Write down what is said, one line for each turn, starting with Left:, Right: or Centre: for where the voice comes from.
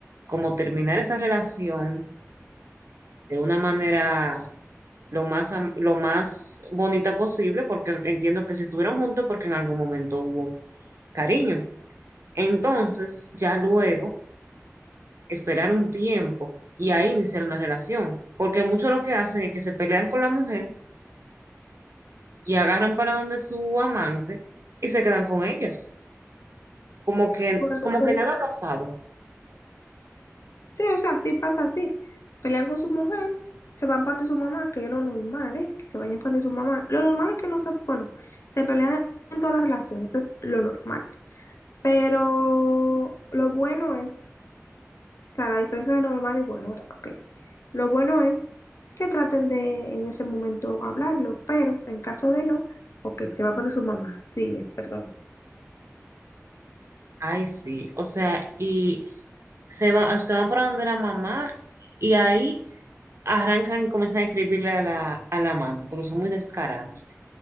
Right: como terminar esa relación de una manera lo más, am- lo más bonita posible, porque entiendo que si estuvieron juntos, porque en algún momento hubo cariño. Entonces, ya luego, esperar un tiempo y ahí iniciar una relación, porque muchos lo que hacen es que se pelean con la mujer y agarran para donde su amante y se quedan con ellas, como que,
Left: Bueno,
Right: como
Left: sí,
Right: que nada ha pasado.
Left: Sí, o sea, sí pasa así. Pelean con su mujer, se van pan de su mamá, que es lo normal, ¿eh? Que se vayan pan de su mamá. Lo normal es que no se, bueno, se pelean en todas las relaciones, eso es lo normal. Pero lo bueno es, o sea, la diferencia de lo normal y bueno, ¿verdad? Ok. Lo bueno es que traten de en ese momento hablarlo, pero en caso de no, ok, se va por su mamá. Sigue, perdón.
Right: Ay, sí, o sea, y se van, se van para donde la mamá y ahí arrancan, comienzan a escribirle a la, al amante, porque son muy descarados.